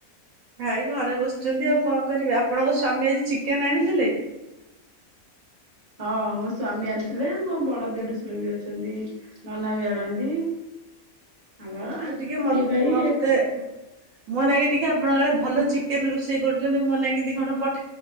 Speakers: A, on the right; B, on the right.
A: ଭାଇ ଘ ବସିଛନ୍ତି ଆଉ କଣ କରିବି ଆପଣଙ୍କ ସ୍ଵାମୀ ଆଜି ଚିକେନ ଆଣିଥିଲେ।
B: ହଁ ମୋ ସ୍ୱାମୀ ଆଣିଥିଲେ ମୋ ବଡ ଦେଢଶର ବି ଅଛନ୍ତି ନନା ବି ଆଣନ୍ତି ଆମର
A: ଆଉ ଟିକେ ମ
B: ଦି ଭାଇ
A: ମତେ
B: ଏକା
A: ମୋନକି ଟିକେ ଆପଣଙ୍କଡ ଭଲ ଚେନ ରୋଷେଇ କରୁଛନ୍ତି ମୋ ନଁକି ଦିଇ ଖ